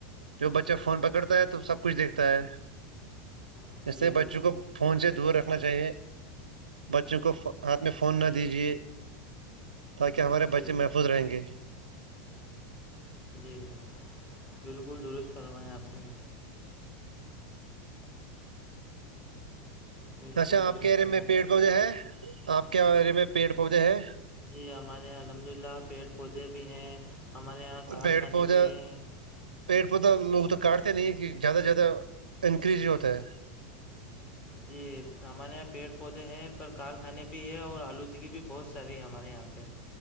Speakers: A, on the right; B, on the left.
A: جو بچہ فون پکڑتا ہے تو سب کچھ دیکھتا ہے
B: جی
A: اس سے
B: جی
A: بچوں کو فون سے دور رکھنا چاہیے بچوں کو ہاتھ میں فون نہ دیجیے تاکہ ہمارے
B: جی
A: بچے محفوظ رہیں گے
B: جی جی بالکل درست فرماائے آپ نے بالکل
A: اچھا
B: درست
A: آپ کے ایریے
B: فرمایا
A: میں پیڑ پودے ہے آپ کے اریے میں پیڑ پودے ہے
B: جی ہمارے یہاں الحمد اللہ پیڑ پودے بھی ہیں ہمارے یہاں کارخانے
A: پیڑ پوج
B: بھی ہیں
A: پیڑ پودا لوگ تو کاٹتے نہیں کہ زیادہ سے زیادہ انکریز ہی ہوتا ہے
B: جی ہمارے یہاں پیڑ پودے ہیں پر کارخانے بھی ہے اور آلودگی بھی بہت ساری ہے ہمارے یہاں پہ